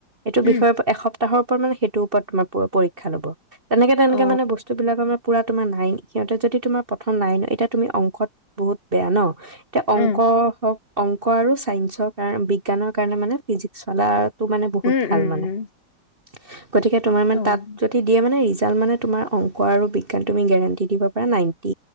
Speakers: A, on the right; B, on the left.
A: এইটো
B: উম,
A: বিষয়ে এসপ্তাহৰ মেইটো ওপৰত তোমাৰ পৰীক্ষা ল'ব তেনেকে তেনেকে
B: অ',
A: মানে বস্তুবিলাক আমাৰ পুৰা তোমাৰ নাইন সিহঁতে যদি তোমাৰ প্ৰথম নাইন এতিয়া তুমি অংশত বহুত বেয়া ন এতিয়া অংক
B: উম,
A: হওক অংক আৰু ছাইন্সৰ কাৰণে বিজ্ঞানৰ কাৰণে মানে ফিজিক্স ফালা তটো মানে বহুত
B: উম,
A: ভাল
B: উম,
A: মানে
B: উম,
A: <unintelligible> গতিকে তোমাৰ মানে
B: অ',
A: তাত য দিয়ে মানে জাল্ট মানে তোমাৰ অংক আৰু বিজ্ঞান তুমি গেৰেণ্টি দিব পাৰা নাইণ্টি